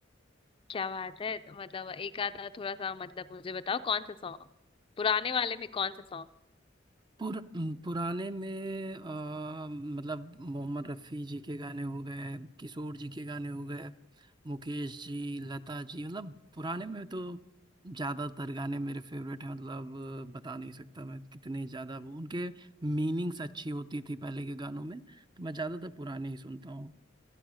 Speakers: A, on the left; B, on the right.
A: क्या बात है तो मतलब एक आधा थोड़ा सा मतलब मुझे बताओ कौन सा सॉन्ग पुराने वाले में कौन सा सॉन्ग
B: पुर, पुराने में अ, मतलब मोहम्मद रफ़ी जी के गाने हो गए किशोर जी के गाने हो गए मुकेश जी लता जी मतलब पुराने में तो ज़्यादातर गाने मेरे फेवरेट हैं मतलब अ, बता नहीं सकता मैं कितने ज़्यादा वो उनके मीनिंग्स अच्छी होती थी पहले के गानों में तो मैं ज़्यादातर पुराने ही सुनता हूँ